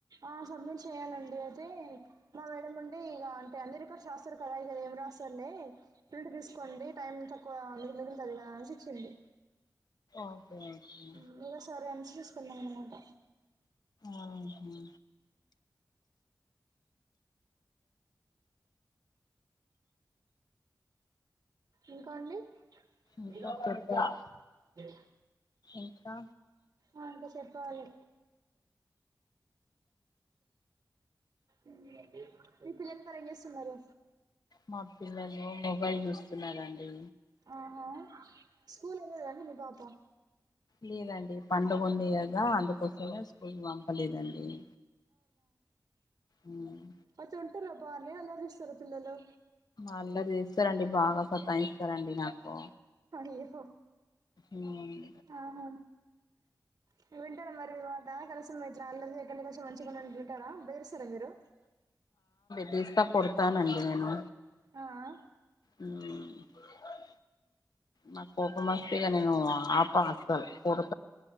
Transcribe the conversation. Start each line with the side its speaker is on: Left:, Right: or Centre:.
Right: ఆ సబ్మెట్ చెయాలండి అయితే మా మేడం ఉండే ఇక అంటే అందరి ఇక్కడ రాస్తారు కదయి కదా ఏమి రాసారులే ఫిల్ట్ తీసుకోండి టైం తక్కువండు మిగుల్ తదీ గదా అన్ షిచ్చిందీ
Left: ఓకే ఓకే
Right: ఉమ్ ఇగ సరే అన్ షిష్ కున్న అనామాట
Left: ఔనా
Right: ఇంకా అండి
Left: ఇంకా
Right: వెళ్ళకొండు
Left: చెప్ప
Right: పిల్ సా జెపి
Left: ఇంకా
Right: ఆ ఇంకా షేప్పాలే ఉమ్ మీ పిల్లల్ మరి ఏం జేస్తున్నరు
Left: మా పిల్లలు మొబైల్ జూస్తున్నారండి
Right: ఆహా స్కూల్ వెళ్ళలేదా అండి మీ పాప
Left: లేదండి పండగుంది గద అందుక్ పొద్దున్న స్కూల్ కీ పంపలేదండి ఉమ్
Right: మచుంటారా బానే అల్లర్ జేస్తరా పిల్లలు
Left: అల్లర్ జేస్తారండి బాగా సత్తయిస్తారండి నాకు
Right: కనీ హో
Left: ఉమ్
Right: ఆహా హ వింటారా మరి మీవాంతా కల్ సమ్మ ఇట్లా అల్లర్ జేయకుండా కొంచం ఎంటేం మంచిగునండ్రు టార బేదిరిస్తరా మీరు
Left: తీస్త కొడతానండి నేను
Right: ఆ అ
Left: ఉమ్ హై నాక్ కోపమోస్తే ఇగ నేను ఆప అస్సల్ కోడు